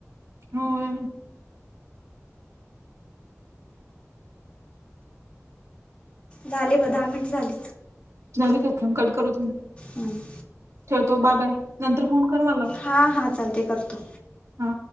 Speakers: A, on the right (about 75°); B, on the left (about 25°).
A: मूल
B: झाले ब दहा मिनिट झाले.
A: झालेचम कट करू तुम्ही
B: हम्म.
A: ठेवतो बाय बाय नंतर फोन कर मला
B: हां हां चालते करतो.
A: हा.